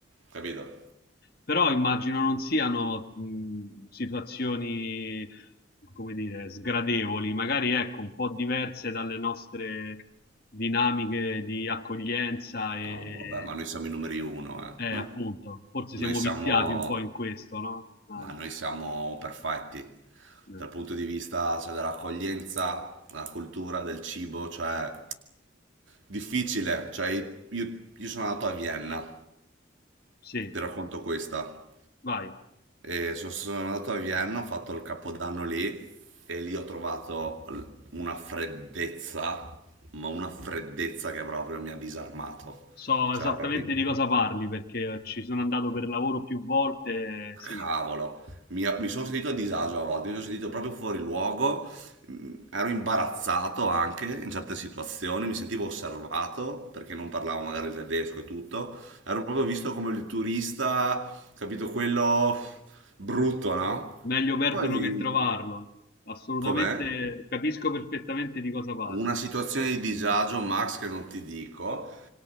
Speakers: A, on the right (about 80°); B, on the left (about 50°).
A: capito?
B: Però immagino non siano mh, situazioni, come dire, sgradevoli, magari ecco, un po' diverse dalle nostre dinamiche di accoglienza e,
A: No, vabbè, ma noi siamo i numeri uno, eh.
B: Eh, appunto, forse
A: Noi
B: siamo
A: siamo,
B: viziati un po' in questo, no? Anche.
A: ma noi siamo perfetti.
B: Eh,
A: Dal punto di vista, cioè, dell'accoglienza, della cultura, del cibo, cioè, difficile. Cioè, io, io sono andato a Vienna,
B: Sì,
A: ti racconto questa.
B: vai.
A: E sono, sono andato a Vienna, ho fatto il capodanno lì e lì ho trovato l- una freddezza, ma una freddezza che proprio mi ha disarmato.
B: So
A: Cioè,
B: esattamente
A: proprio,
B: di cosa parli perché ci sono andato per lavoro più volte, eh, sì,
A: cavolo, mi, mi sono sentito a disagio a volte, mi sono sentito proprio fuori luogo, mm, ero imbarazzato anche in certe situazioni, mi sentivo osservato perché non parlavo magari il tedesco e tutto, ero proprio visto come il turista, capito, quello brutto, no?
B: meglio perderlo
A: Poi,
B: che trovarlo. Assolutamente,
A: com'è?
B: capisco perfettamente di cosa parli,
A: una situazione di disagio, Max, che non ti dico.